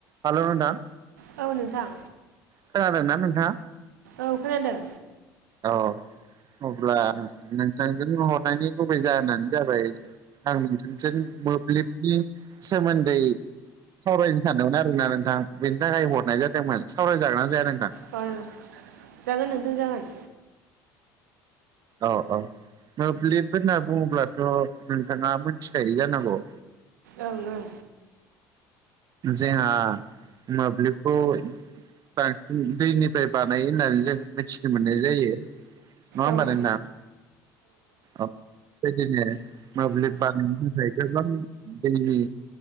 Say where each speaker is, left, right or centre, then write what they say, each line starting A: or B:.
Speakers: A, on the right; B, on the right.
A: हालौ नोंथां।
B: थौ नोंथां।
A: खोनादोंना नोंथाङा?
B: औ खोनादों।
A: औ अब्ला नोंथांजों हरनायनि गुबै जाहोनानो जाबाय आं नोंथांजों मोब्लिबनि सोमोन्दै सावरायनो सानदोंमोन आरोना नोंथां बेनि थाखाय हरनाय जादोंमोन सावरायजागोनना जाया नोंथां?
B: फार जागोन नोंथां जागोन।
A: अ अ मोब्लिब होनना बुङोब्लाथ' नोंथाङा मोनथिखायो जानांगौ?
B: ओं ओं
A: जोंहा मोब्लिबखौ। बांसिन दैनिफ्राय बानायो होननानै जों मिथिनो मोननाय जायो। नङा होनबा
B: ओं
A: नोंथां। औ बेदिनो मोब्लिब बानायनो थाखाय गोबां दैनि